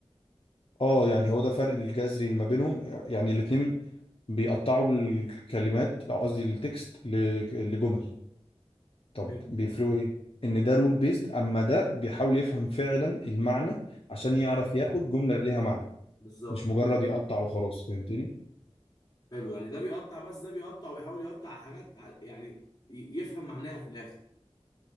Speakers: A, on the left; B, on the left.
A: اه يعني هو ده فرق الجذري اللي ما بينهم يعني الاتنين بيقطعوا الكلمات قصدي التكست ل...
B: مم.
A: لجمل طب
B: حلو
A: بيفرقوا ايه ان ده رول بيزد اما ده بيحاول يفهم فعلا المعنى عشان يعرف ياخد جمله ليها معنى
B: بالظبط
A: مش مجرد يقطع وخلاص فهمتني
B: حلو يعني ده بيقطع بس ده بيقطع وبيحاول يقطع على حاجات ع- يعني ي- يفهم معناها في الاخر